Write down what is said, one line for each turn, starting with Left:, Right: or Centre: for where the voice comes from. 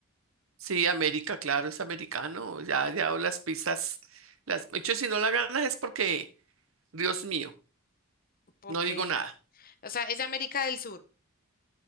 Right: Sí, América, claro, es americano. Ya, ya o las pistas. Las... De hecho, si no la ganas es porque, Dios mío,
Left: Ok.
Right: no digo nada.
Left: O sea, es de América del Sur.